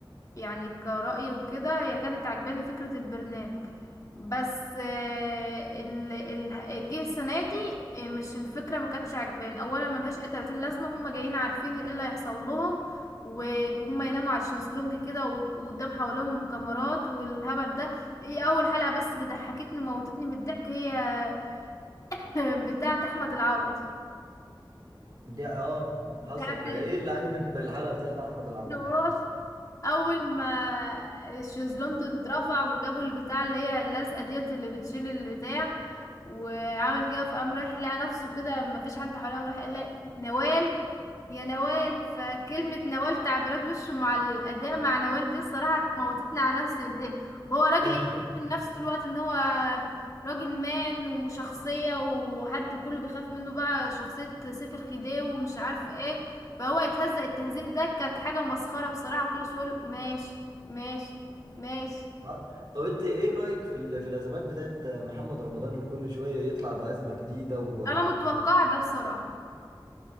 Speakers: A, on the left; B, on the right.
A: يعني كرأيي وكده هي كانت عجباني فكرة البرنامج بس آه، ال ال جه السنة دي آه، مش الفكرة ما كانتش عجباني أولا ملهاش أي 30 لازمة هما جايين عارفين ايه اللي هيحصل لهم و- وهم يناموا على الشезлونج كده و- وقدام حواليهم كاميرات والهبل ده هي أول حلقة بس اللي ضحكتني موتتني من الضحك هي <laughs> بتاعة أحمد العوضي
B: دي اه
A: بتاعت
B: حصل ايه اللي عجبك في الحلقة بتاعت احمد العوض
A: وراث اول ما الشيزلون اترفع وجابوا البتاع اللي هي اللزقه ديت اللي بتشيل البتاع وعمل كده فقام رايح لقى نفسه كده ما فيش حد حواليه قام راح قال لها نوال يا نوال فكلمة نوال تعبيرات وشه مع الأداء مع نوال دي الصراحة موتتني على نفسي من الضحك وهو راجل
B: <laughs>
A: يعمل من نفسه طول الوقت ان هو راجل مان وشخصية وحد كله بيخاف منه بقى شخصية سيف الخديوي ومش عارف ايه فهو يتهزق التهزيق ده كانت حاجة مسخرة بصراحة كل شوية يقول ماشي ماشي ماشي
B: اه. طب انت ايه رأيك في ال- في الازمات بتاعت محمد رمضان اللي كل شوية يطلع بأزمة جديدة و
A: انا متوقع ده بصراحة